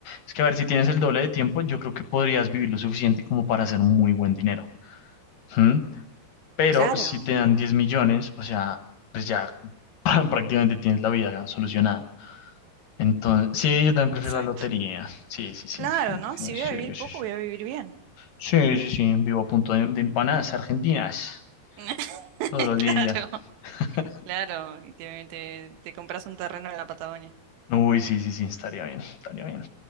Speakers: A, on the left (about 65°); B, on the right (about 80°).
A: es que a ver, si tienes el doble de tiempo, yo creo que podrías vivir lo suficiente como para hacer muy buen dinero. ¿Mm? Pero
B: Claro,
A: si te dan 10 millones, o sea, pues ya <laughs> prácticamente tienes la vida solucionada. Entonces, sí, yo también prefiero
B: exacto.
A: la lotería. Sí, sí, sí.
B: Claro, ¿no? Si voy
A: Sí,
B: a vivir
A: sí,
B: poco,
A: sí.
B: voy a vivir bien.
A: Sí, sí, sí. Vivo a punto de, de empanadas argentinas
B: <laughs>
A: todos los
B: Claro,
A: días. <laughs>
B: claro. Y te, te, te compras un terreno en la Patagonia.
A: Uy, sí, sí, sí, estaría bien, estaría bien.